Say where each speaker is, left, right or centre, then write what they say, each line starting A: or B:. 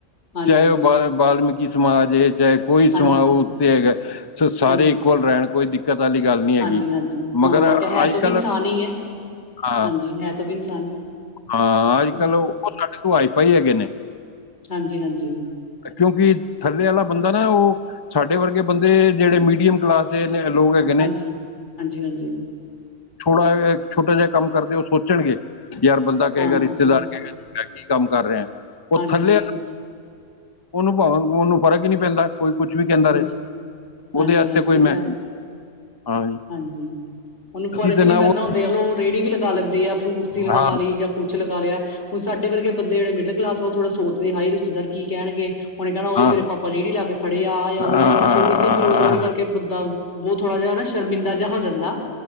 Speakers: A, on the left; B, on the left.
A: ਹਾਂਜੀ
B: ਚਾਹੇ ਉਹ ਬ ਬਾਲਮੀਕੀ ਸਮਾਜ ਹੈ ਚਾਹੇ ਕੋਈ
A: ਹਾਂਜੀ
B: ਸਮਾਜ ਉਹ ਉੱਤੇ ਹੈਗਾ। ਸਾਰੇ
A: ਹਾਂਜੀ
B: ਇਕੁਅਲ ਰਹਿਣ ਕੋਈ ਦਿੱਕਤ ਵਾਲੀ ਗੱਲ ਨਹੀਂ ਹੈਗੀ
A: ਹਾਂਜੀ ਹਾਂਜੀ ਹਾਂ
B: ਮਗਰ
A: ਕਿ ਹੈ
B: ਅੱਜ
A: ਤੋਂ ਵੀ
B: ਕੱਲ੍ਹ।
A: ਇਨਸਾਨ ਹੀ ਹੈ
B: ਹਾਂ
A: ਹਾਂਜੀ ਹੈ ਤੋਂ ਵੀ ਇਨਸਾਨ ਹੀ ਹੈ
B: ਹਾਂ ਅੱਜ
A: ਹਮ,
B: ਕੱਲ੍ਹ ਉਹ ਸਾਡੇ ਤੋਂ ਵਾਈਫਾਈ ਹੈਗੇ ਨੇ।
A: ਹਾਂਜੀ ਹਾਂਜੀ।
B: ਕਿਉਂਕਿ ਥੱਲੇ ਆਲਾ ਬੰਦਾ ਨਾ ਓ ਸਾਡੇ ਵਰਗੇ ਬੰਦੇ ਜੇੜੇ ਮੀਡੀਅਮ ਕਲਾਸ ਦੇ ਨੇ, ਲੋਗ ਹੈਗੇ ਨੇ
A: ਹਾਂਜੀ ਹਾਂਜੀ ਹਾਂਜੀ
B: ਥੋੜਾ ਜਾ ਛੋਟਾ ਜੇਆ ਕੰਮ ਕਰਦੇ ਓ ਸੋਚਨਗੇ ਯਾਰ ਬੰਦਾ ਕਏਗਾ,
A: ਹਾਂ
B: ਰਿਸ਼ਤੇਦਾਰ
A: ਸੋਚੂਗਾ
B: ਕਏਗਾ ਕੀ ਕੰਮ ਕਰ ਰੇਐਂ, ਓ
A: ਹਾਂਜੀ
B: ਥੱਲੇ
A: ਹਾਂਜੀ
B: ਓਨੂੰ ਪਾਵੇਂ ਓਨੂੰ ਫਰਕ ਈ ਨੀ ਪੈਂਦਾ ਕੋਈ ਕੁਛ ਵੀ ਕੈਂਦਾ
A: ਹਾਂਜੀ
B: ਰਏ, ਓਦੇ
A: ਹਾਂਜੀ
B: ਆਸਤੇ
A: ਹਾਂਜੀ
B: ਕੋਈ
A: ਇਹ ਤਾਂ
B: ਮੈਂ
A: ਹੈ।
B: ਹਾਂ ਜੀ
A: ਹਾਂਜੀ, ਓਨੂੰ ਫ਼ਰਕ
B: ਅਸੀਂ ਤੇ
A: ਈ
B: ਨਾ
A: ਨੀ ਪੈਂਦਾ,
B: ਉਹ
A: ਹੁਨ ਦੇਖ ਲੋ ਓ ਰੇੜੀ ਵੀ ਲਗਾ ਲੈਂਦੇ ਆ, ਫਰੂਟਸ ਦੀ ਲਗਾ
B: ਹਾਂ
A: ਲੀ ਜਾਂ ਕੁੱਛ ਲਗਾ ਲੇਆ, ਹੁਨ ਸਾਡੇ ਵਰਗੇ ਬੰਦੇ ਜੇੜੇ ਮਿਡਲ ਕਲਾਸ ਆ, ਓ ਥੋੜਾ ਸੋਚਦੇ ਹਾਏ ਰਿਸ਼ਤੇਦਾਰ ਕੀ ਕੈਣਗੇ ਓਨੇ ਕੈਣਾ ਓ
B: ਹਾਂ
A: ਤੇਰੇ ਪਾਪਾ ਰੇੜੀ ਲਾ ਕੇ ਖੜੇ ਆ
B: ਹਾਂ
A: ਓ ਯਾ ਬਾੱਸ
B: ਹਾਂ,
A: ਏਸੇ ਬੇਰੋਜ਼ਗਾਰੀ ਕਾਰਕੇ ਬੰਦਾ ਬੋ ਥੋੜਾ ਜੇਆ ਨਾ ਸ਼ਰਮਿੰਦਾ ਜੇਆ ਹੋ ਜਾਂਦਾ।